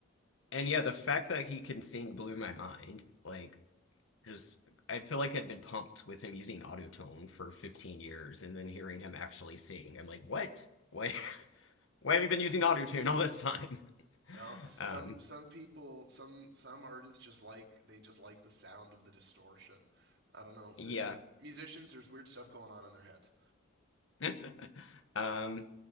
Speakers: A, on the left; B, on the right.
A: and yeah, the fact that he can sing blew my mind. Like, just I feel like I'd been pumped with him using autotune for 15 years, and then hearing him actually sing, I'm like, what? Why? <laughs> Why have you been using autotune all this time? <laughs>
B: Now, some
A: Um,
B: some people some some artists just like they just like the sound of the distortion. I don't know. There's
A: yeah.
B: musicians, there's weird stuff going on in their heads.
A: <laughs> Um,